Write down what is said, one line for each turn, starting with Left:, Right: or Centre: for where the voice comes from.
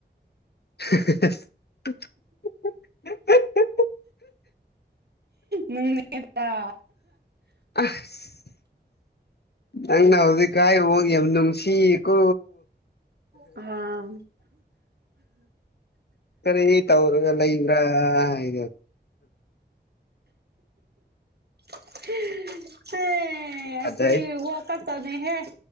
Left: <inaudible>
Right: ꯅꯪꯗ
Left: ꯑꯁ ꯅꯪꯅ ꯍꯧꯖꯤꯛꯀꯥꯏꯕꯛ ꯌꯥꯝ ꯅꯨꯡꯁꯤꯌꯦꯀꯣ
Right: ꯑꯥ
Left: ꯀꯔꯤ ꯇꯧꯔꯒ ꯂꯩꯕ꯭ꯔꯥ ꯍꯥꯏ
Right: <unintelligible>
Left: ꯐꯖꯩ
Right: ꯑꯁꯤ ꯋꯥꯛ ꯇꯠꯇꯥꯔꯤ ꯍꯦ